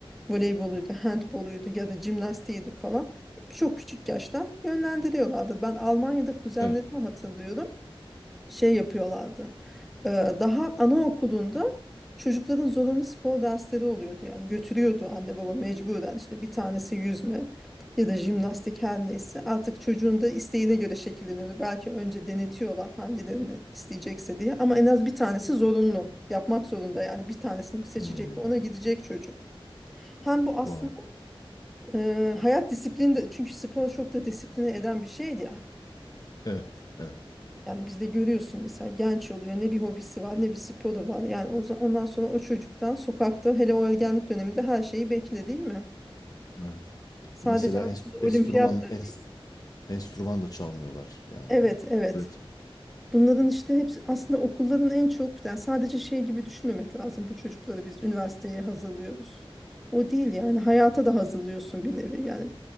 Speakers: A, in the centre; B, on the left (about 40°).
A: voleyboluydu, handboluydu ya da jimnastiğiydi falan. Çok küçük yaştan yönlendiriyorlardı. Ben Almanya'da kuzenlerimi
B: Evet.
A: hatırlıyorum şey yapıyorlardı. Ee, Daha anaokulunda çocukların zorunlu spor dersleri oluyordu. Yani götürüyordu anne baba mecburen işte bir tanesi yüzme ya da jimnastik her neyse. Artık çocuğun da isteğine göre şekilleniyordu. Belki önce denetiyorlar hangilerini isteyecekse diye ama en az bir tanesi zorunlu. Yapmak zorunda yani bir tanesini seçecek
B: Hmm.
A: ona gidecek çocuk. Hem bu aslında
B: Vay.
A: e, hayat disiplini de çünkü spor çok da disipline eden bir şeydi ya.
B: Evet. Evet.
A: Yani bizde görüyorsun mesela genç oluyor ne bir hobisi var ne bir sporu var. Yani o, za- ondan sonra o çocuktan sokakta hele o ergenlik döneminde her şeyi bekle değil mi?
B: Evet.
A: Sadece
B: Mesela
A: aslında
B: enst-
A: olimpiyat
B: enstrüman enst-
A: da değil.
B: enstrüman da çalmıyorlar yani.
A: Evet evet.
B: Öğretmiyor.
A: Bunların işte hepsi aslında okulların en çok yani sadece şey gibi düşünmemek lazım. Bu çocukları biz üniversiteye hazırlıyoruz. O değil yani hayata da hazırlıyorsun bir nevi yani.